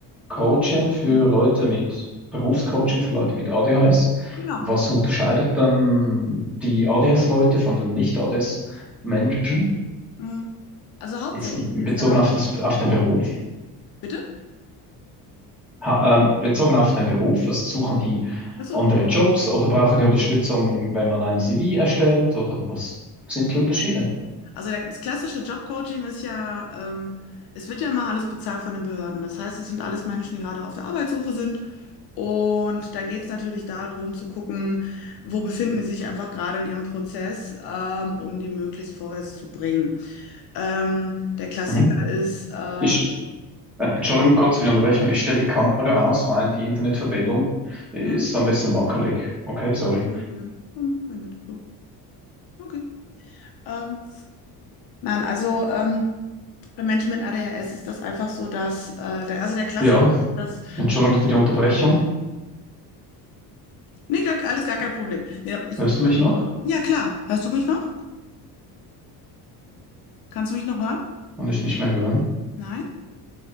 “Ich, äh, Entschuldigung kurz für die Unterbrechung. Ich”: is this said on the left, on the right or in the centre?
Centre